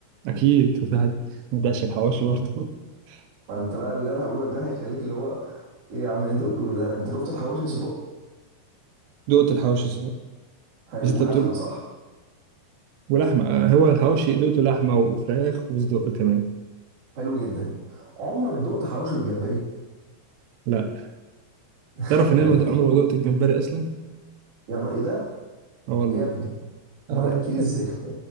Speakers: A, on the right; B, on the right.
A: أكيد وفي حد ما دقش الحواوشي برضه
B: ما
A: <laughs>
B: انت بقى اللي انا هقول لك ده هيخليك اللي هو ايه يا عم اللي انت بتقوله ده انت شفت الحواوشي صدق
A: دقت الحواوشي صدق
B: حلو
A: بس أنت
B: ولحمه
A: بتقول
B: صح
A: ولحمة آه، هو الحواوشي دقته لحمة وفراخ وصدق كمان
B: حلو جدا عمرك دقت حواوشي بالجمبري
A: لا
B: <laughs>
A: تعرف
B: الجامده
A: إن أنا ما د-
B: دي
A: عمري ما دقت الجمبري أصلا
B: يعني ايه ده
A: اه والله
B: ايه يا ابني
A: اه
B: امال
A: والله
B: اكل ازاي
A: <laughs>
B: <laughs>